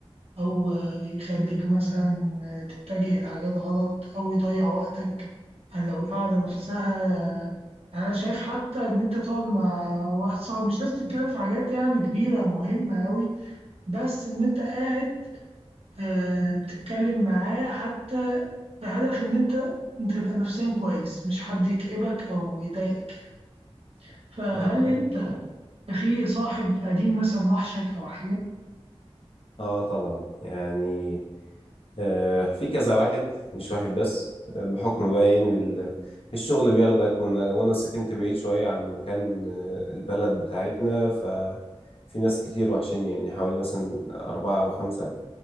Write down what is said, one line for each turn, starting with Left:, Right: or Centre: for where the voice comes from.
Right: أو يخليك مثلا تتجه لحاجات غلط أو يضيع وقتك يعني لو القعدة نفسها أنا شايف حتى إن أنت تقعد مع واحد صاحبك مش لازم تتكلم في حاجات يعني كبيرة مهمة أوي بس إن أنت قاعد آه، بتتكلم معاه حتى بهدف إن أنت تبقى نفسيا كويس مش حد يكئبك أو يضايقك يعني. فهل
Left: ايوه تمام
Right: أنت في صاحب قديم مثلا وحشك أو حاجة؟
Left: اه طبعا يعني آه، في كذا واحد مش واحد بس آه، بحكم بقى ان ال- الشغل بياخدك وانا وأنا سكنت بعيد شوية عن مكان آه، البلد بتاعتنا ففي ناس كتير وحشني يعني حوالي مثلا أربعة أو خمسة